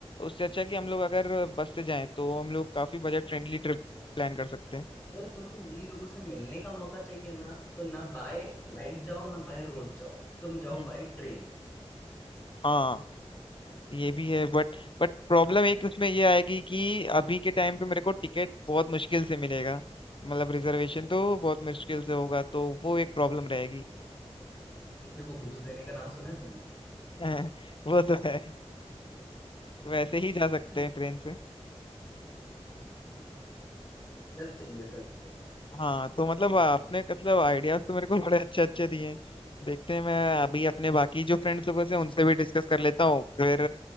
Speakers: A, on the left; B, on the left.
A: उससे अच्छा कि हम लोग अगर बस से जाएं तो हम लोग काफी बजट फ्रेंडली ट्रिप प्लान कर सकते हैं
B: अगर तुमको नए लोगों से मिलने का मौका चाहिए ना तो ना बाय फ्लाइट जाओ ना बाय रोड जाओ तुम जाओ
A: हम्म
B: बाय ट्रेन
A: हाँ ये भी है बट बट प्रॉब्लम एक उसमें ये आएगी कि अभी के टाइम पे मेरे को टिकट बहुत मुश्किल से मिलेगा मतलब रिजर्वेशन तो बहुत मुश्किल से होगा तो वो एक प्रॉब्लम रहेगी
B: किसी को घूस देने का नाम सुना है तुमने
A: हैं <laughs> वो तो है वैसे ही जा सकते
B: <laughs>
A: हैं ट्रेन से
B: क्या चाहिए फिर
A: हाँ तो मतलब आपने मतलब आइडियाज तो मेरे को बड़े अच्छे अच्छे दिए हैं देखते हैं मैं अभी अपने बाकी जो फ्रेंड्स लोगों से उनसे भी डिस्कस कर लेता हूँ फिर